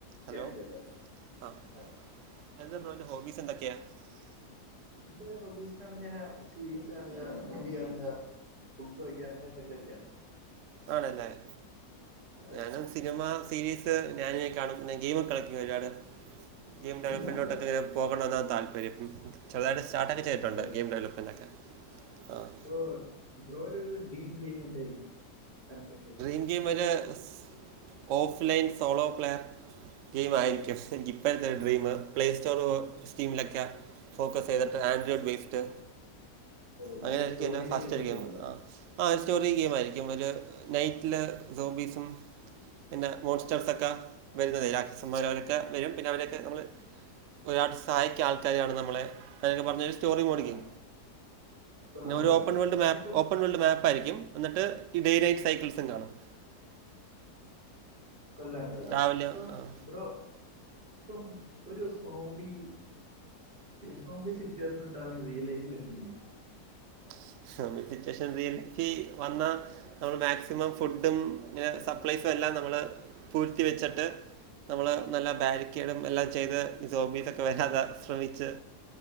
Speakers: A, on the right; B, on the right.
A: Hello
B: കേക്കാം കേക്കാം
A: ആഹാ
B: ആ
A: എന്താ ബ്രോന്റെ ഹോബീസ് എന്തൊക്കെയാ? <inaudible>
B: ന്റെ ഹോബീസിനാണ് ഞൻ സീരീസ് കാണുക, മൂവി കാണുക ബുക്ക് വായിക്ക അങ്ങെനേ ന്തെങ്കിലൊക്കെയാ.
A: ആണല്ലേ-
B: അതെ
A: ഞാനും സിനിമ സീരീസ് ഞാന് കാണും ഗെയിമൊക്ക കളിക്കും ഒരുപാട്. ഗെയിം ഡെവലപ്പിലോട്ടൊക്കെ
B: നല്ല
A: ഇങ്ങെ പോകണവെന്നാ താല്പര്യം. ചെുതായിട്ട് സ്റ്റാർട്ടൊക്കെ
B: ഓ,
A: ചെയ്തിട്ടുണ്ട്
B: നല്ല
A: ഗെയിം ഡെവലപ്മെന്റെ ഒക്കെ ആഹ്
B: <unintelligible> ബ്രോയുടേരുമെയിൻ ഗേയീം എന്തേന്നു കൺസെപ്റ്റ്
A: ങ്കിയം ഒരു സ് of line solo player. Game ആയിരിക്കും എനിക്ക് ഇപ്പഴത്തെ ഒരു ഡ്രീം പ്ലേ സ്റ്റോർ സ്കീമിലൊക്കെ ഫോക്കസ് ചെയ്തിട്ട് ആൻഡ്രോയിഡ് ബേസ്ഡ്
B: ഓ
A: അങ്ങനൊയിരിക്കും
B: നല്ല സ്റ്റോറി ലൈൻ
A: ഫാസ്റ്റ്
B: ഉള്ള
A: ഒരു ഗെയിം
B: അല്ലേ
A: ആഹ് ആ ഒരു സ്റ്റോറി ഗെയിം ആയിരിക്കും ഒരു നൈറ്റില് സോംബീസും. പിന്നെ മോൺസ്റ്റേൾസൊക്കെ വരുന്നത് രാക്ഷസൻ മാർ അവരൊക്കെ വരും പിന്നെ അവരെയൊക്കെ നമ്മള് ഒരാൾ സഹായിക്കൻ ആൾക്കാരാണ് നമ്മള് അങ്ങൊക്കെ പറഞ്ഞൊരു സ്റ്റോറി മോടിക്കും.
B: ആ കൊള്ളാം
A: പിന്നെ ഒരു
B: കൊള്ളാം
A: ഓപ്പൺ വേൾഡ് മാപ്പ്
B: ഇപ്പം
A: ഓപ്പൺ വേൾഡ് മാപ്പ് ആയിരിക്കും എന്നിട്ട് ഈ ഡേ നൈറ്റ് സൈക്കിൾസും ഇണ്ടാവും.
B: കൊല്ല കൊല്ല
A: രാവിലെ
B: ഇപ്പൊ
A: ആ
B: ബ്രോ ഇപ്പം ഒരു സോംമ്പി സോമ്പി സിറ്റുവേഷൻ ഉണ്ടാവി റിയൽ ലൈഫിൽ എന്ത്യ്യും
A: <unintelligible> വന്നാ നമ്മള് മാക്സിമം ഫുഡും സപ്ലൈസും എല്ലാം നമ്മള് പൂഴ്ത്തിവെച്ചിട്ട്. നമ്മള് നല്ല ബാരിക്കേഡും എല്ലാം ചെയ്ത് സോബീസൊക്കെ വരാതെ ശ്രമിച്ച്.